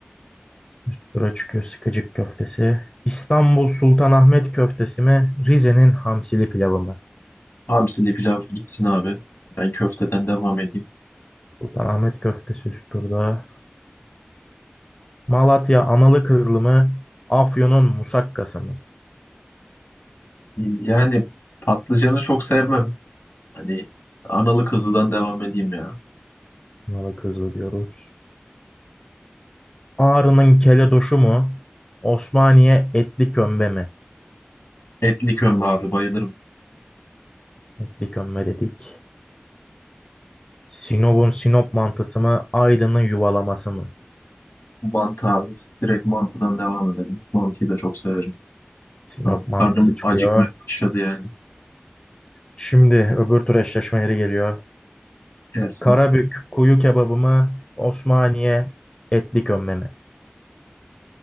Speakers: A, on the left (about 25°); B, on the left (about 75°).
A: Üst tura çıkıyor sıkıcık köftesi. İstanbul Sultanahmet köftesi mi? Rize'nin hamsili pilavı mı?
B: Hamsili pilav gitsin abi. Ben köfteden devam edeyim.
A: Sultanahmet köftesi üst turda. Malatya analı kızlı mı? Afyon'un musakkası mı?
B: Yani patlıcanı çok sevmem. Hani analı kızıdan devam edeyim ya.
A: Analı kızlı diyoruz. Ağrı'nın keledoşu mu? Osmaniye etli kömbe mi?
B: Etli kömbe abi bayılırım.
A: Etli kömbe dedik. Sinop'un Sinop mantısı mı? Aydın'ın yuvalaması mı?
B: Mantı abi. İşte Direkt mantıdan devam edelim. Mantıyı da çok severim.
A: Sinop
B: Şu an
A: mantısı
B: karnım
A: çıkıyor.
B: acıkmaya başladı yani.
A: Şimdi öbür tur eşleşmeleri geliyor.
B: Gelsin
A: Karabük
B: abi.
A: kuyu kebabı mı? Osmaniye etli kömbe mi?